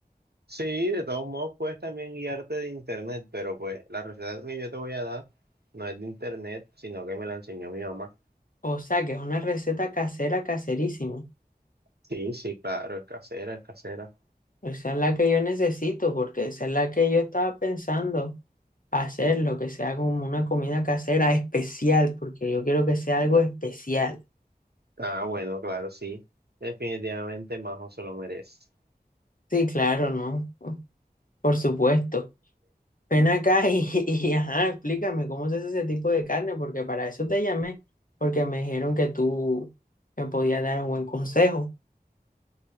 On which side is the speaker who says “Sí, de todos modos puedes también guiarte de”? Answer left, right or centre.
Right